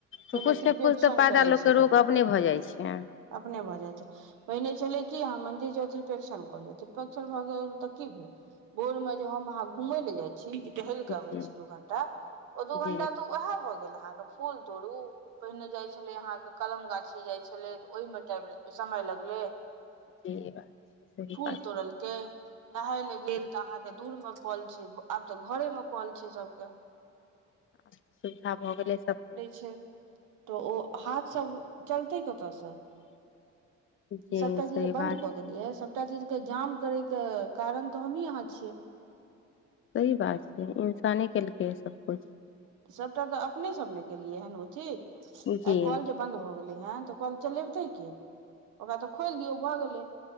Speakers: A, on the right; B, on the left.
A: पहिने
B: तऽ कुछ
A: त्रिपेक्षण
B: त कुछ तऽ पायदा
A: करै
B: लोकके
A: छलै
B: रोग अपने भऽ जाइत छै
A: अपने भ जाय छै पहिने छलै कि अहाँ मन्दिर जाउ त्रिपेक्षण कऽ लियौ त्रिपेक्षण भऽ गेल तऽ की भेल भोर में जे हम अहाँ घूमय ले जाई छी टहैल के
B: जी
A: अबै छी दू घंटा ओ दू
B: जी
A: घंटा तऽ उएह भऽ गेल अहाँके फूल तोड़ू पहिने जाइ छलै अहाँके कलम गाछी जाइ छलै तऽ ओहिमे टाइम समय लगलै
B: जी ई बात सही
A: फूल
B: बात छै,
A: तोड़लके नहाय लए गेल तऽ अहाँके दूर मे कल छै आब तऽ घरे मे कल छै सभके <inaudible>
B: आ सुविधा भऽ गेलै सभ
A: छै तऽ ओ हाथ सब चलतै कतसे
B: जी
A: सभटा
B: सही
A: चीज बन्द
B: बात
A: कदेलियै
B: छै
A: सबटा चीज के जाम करे के कारण तऽ हमही अहाँ छियै
B: सही बात छै इन्साने केलकै सबकिछु
A: सभटा तऽ अपने सब ने केलियै हन ओ चीज
B: जी
A: आइ कल जे बंन्द भऽ गेले हन तऽ कल चलेबतै के ओकरा तऽ खोलि दियौ भऽ गेलै